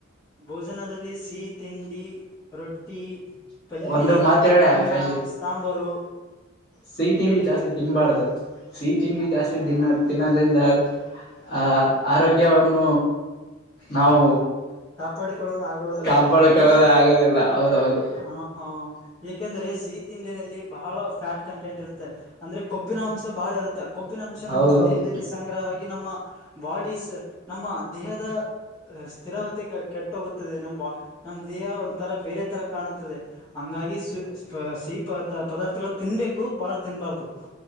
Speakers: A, on the left; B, on the left.
A: ಭೋಜನದಲ್ಲಿ ಸಿಹಿ ತಿಂಡಿ ರೊಟ್ಟಿ ಪಲ್ಲಿ
B: ಒಂದು ಮಾತ್ ಹೇಳ
A: ಅನ್ನ
B: ಕಾಶಿ
A: ಸಾಂಬಾರು
B: ಸಿಹಿ ತಿಂಡಿ
A: ಹೇಳಿ
B: ಜಾಸ್ತಿ ತಿನ್ಬಾರ್ದು ಸಿಹಿ ತಿಂಡಿ ಜಾಸ್ತಿ ತಿನ್ನ ತಿನ್ನೋದ್ರಿಂದ ಆ ಆರೋಗ್ಯವನ್ನು. ನಾವು
A: ಕಾಪಾಡಿಕೊಳ್ಳಲು ಆಗುವುದಿಲ್ಲ
B: ಕಾಪಾಡಕೊಳ್ಳದ
A: ಹೌದಲ್ವೇ
B: ಆಗದಿಲ್ಲ ಹೌದೌದು.
A: ಹ ಹ ಏಕೆಂದ್ರೆ ಸಿಹಿ ತಿಂಡಿನಲ್ಲಿ ಬಹಳ ಫ್ಯಾಟ್ ಕಂಟೆಂಟ್ ಇರುತ್ತೆ ಅಂದ್ರೆ ಕೊಬ್ಬಿನ ಅಂಶ ಬಹಳ ಇರುತ್ತೆ. ಕೊಬ್ಬಿನ ಅಂಶ
B: ಹೌದೌದು
A: ನಮ್ಮ ದೇಹದಲ್ಲಿ ಸಂಗ್ರಹವಾಗಿ ನಮ್ಮ ಬಾಡ ನಮ್ಮ ದೇಹದ. ಸ್ಥಿರಾವತಿ ಕೆಟ್ಟೋಗುತ್ತದೆ ನಮ್ಮ ನಮ್ ದೇಹ ಒಂ ತರ ಬೇರೆ ತರ ಕಾಣುತ್ತದೆ. ಹಂಗಾಗಿ ಸಿಹಿ ಪ ಪದಾರ್ಥಗಳು ತಿನ್ಬೇಕು ಬಾಳ ತಿನ್ಬಾರ್ದು.